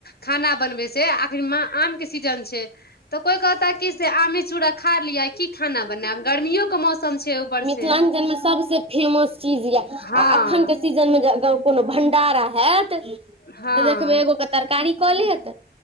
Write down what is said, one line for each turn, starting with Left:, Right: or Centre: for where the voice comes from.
Left: खाना बनबे से आख आम के सी सीजन छैय तऽ कोइ कहता कि से आमे चूड़ा खा लिअ की खाना बनायब गर्मियोे के मौस तल छियै ऊपर
Right: मिथिलाञ्चल
Left: से
Right: मे सबसे फेमस चीज ये
Left: हँ
Right: आ अखन की कहै छै जे सीजन में जे गउ कोनो भंडारा हैत तऽ
Left: हँ
Right: देखबै एगोक के तरकारी कऽ लेत